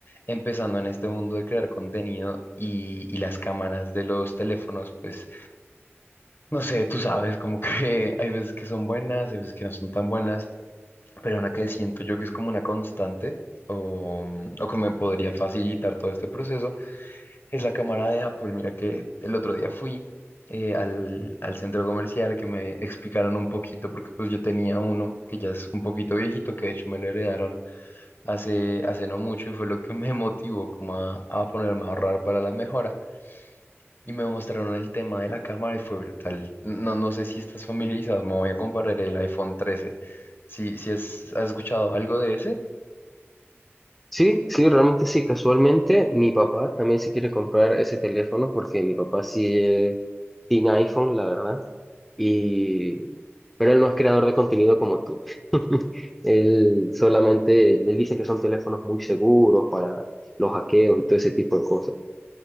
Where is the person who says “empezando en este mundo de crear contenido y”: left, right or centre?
Left